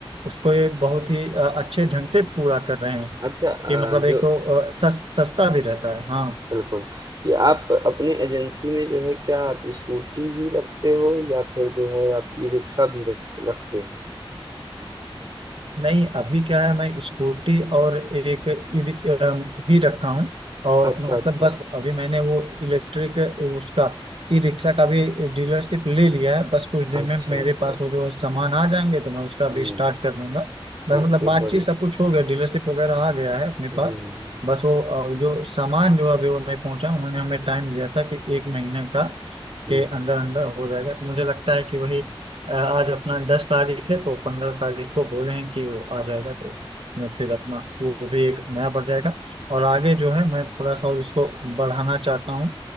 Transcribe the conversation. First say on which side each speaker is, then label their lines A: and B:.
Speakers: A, on the right; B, on the right.
A: उसको ये बहुत ही अ, अच्छे ढंग से पूरा कर रहे हैं
B: अच्छा अ,
A: कि मतलब एक
B: जो
A: तो अ, सस, सस्ता भी रहता है हाँ
B: बिल्कुल, ये आप अपने एजेंसी में जो है क्या आप स्कूटी ही रखते हो या फिर जो है आप ई-रिक्शा भी रख रखते हो?
A: नहीं अभी क्या है मैं स्कूटी और एक ई- रिक- अम, ही रखा हूँ और
B: अच्छा,
A: मतलब
B: अच्छा।
A: बस अभी मैंने वो इलेक्ट्रिक उसका ई रिक्शा का भी डीलरशिप ले लिया है बस कुछ दिन
B: अच्छा,
A: में मेरे
B: अच्छा।
A: पास वो जो है सामान आ जाएंगे तो मैं उसका
B: हुँ,
A: भी स्टार्ट कर दूंगा बस
B: ओके
A: मतलब बातचीत
B: बड़ी
A: सब कुछ हो गया डीलरशिप वगैरह आ गया है अपने
B: हुँ,
A: पास बस वो अ, जो सामान जो अभी वो नहीं पहुंचा उन्होंने हमें टाइम दिया था कि एक महीने का
B: हुँ,
A: के अंदर अंदर हो जाएगा तो मुझे लगता है कि वही अ, आज अपना दस तारीख है तो पंद्रह तारीख को बोलें कि वो आ जाएगा तो मैं फिर अपना वो भी एक नया बढ़ जाएगा और आगे जो है मैं थोड़ा सा और इसको बढ़ाना चाहता हूँ